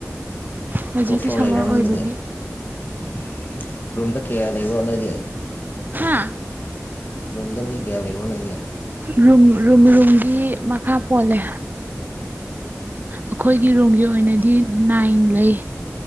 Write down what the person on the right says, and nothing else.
ꯍꯧꯖꯤꯛꯇꯤ
ꯁꯝꯃꯔ
ꯑꯣꯏꯕꯒꯤ
ꯍꯥꯥ
ꯔꯨꯝ ꯔꯨꯝ ꯔꯨꯝꯒꯤ ꯃꯈꯥ ꯄꯣꯜꯂꯦ ꯑꯈꯣꯏꯒꯤ ꯔꯨꯝꯒꯤ ꯑꯣꯏꯅꯗꯤ ꯅꯥꯏꯟ ꯂꯩ